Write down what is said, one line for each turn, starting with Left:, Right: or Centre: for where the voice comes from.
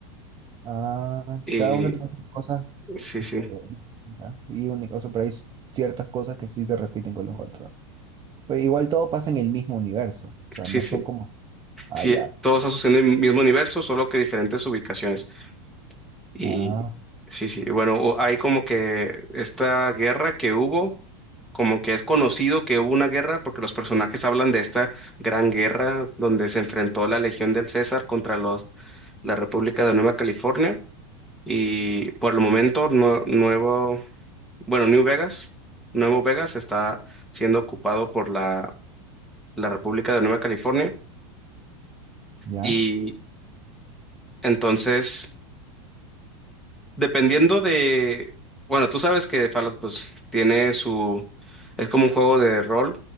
Right: Ah,
Centre: Y
Right: cada uno tiene sus cosas
Centre: sí, sí,
Right: eh, distintas y únicas, o sea, pero hay ciertas cosas que sí se repiten con los otros. Pero igual todo pasa en el mismo universo, o sea,
Centre: sí,
Right: no
Centre: sí,
Right: son como, ah,
Centre: sí,
Right: ya,
Centre: todo está sucediendo en el mismo universo, solo que diferentes ubicaciones. Y
Right: ah,
Centre: sí, sí, bueno, o- hay como que esta guerra que hubo, como que es conocido que hubo una guerra, porque los personajes hablan de esta gran guerra donde se enfrentó la Legión del César contra los, la República de Nueva California. Y por el momento, no, nuevo. Bueno, New Vegas, Nuevo Vegas está siendo ocupado por la, la República de Nueva California
Right: ya,
Centre: y entonces, dependiendo de, bueno, tú sabes que Fallout pues tiene su, es como un juego de rol,